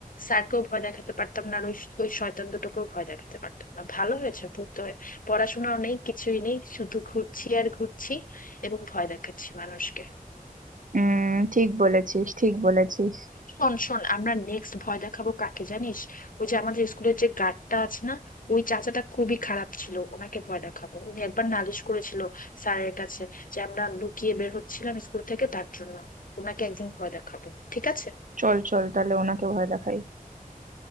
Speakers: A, on the left (about 65°); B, on the right (about 60°).
A: স্যারকেও ভয় দেখাতে পারতাম না আর ওই ওই শয়তান দুটোকেও ভয় দেখাতে পারতাম না ভালো হয়েছে ভূত হয়ে পড়াশোনাও নেই কিছুই নেই শুধু ঘুরছি আর ঘুরছি এবং ভয় দেখাচ্ছি মানুষকে
B: উম ঠিক বলেছিস ঠিক বলেছিস
A: শোন শোন আমরা নেক্সট ভয় দেখাবো কাকে জানিস ওই যে আমাদের স্কুলের যে গার্ডটা আছে না ওই চাচাটা খুবই খারাপ ছিল ওনাকে ভয় দেখাবো উনি একবার নালিশ করেছিল স্যারের কাছে যে আমরা লুকিয়ে বের হচ্ছিলাম স্কুল থেকে তার জন্য ওনাকে একদিন ভয় দেখাবো ঠিক আছে
B: চল চল তাহলে ওনাকে ভয় দেখাই